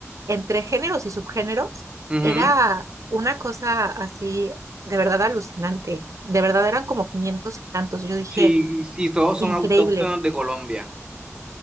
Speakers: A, on the right; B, on the right.
A: entre géneros y subgéneros.
B: Ujú.
A: Era una cosa así de verdad alucinante. De verdad eran como 500 y tantos. Yo dije,
B: Sí, sí, todos son
A: increíble.
B: autóctonos de Colombia.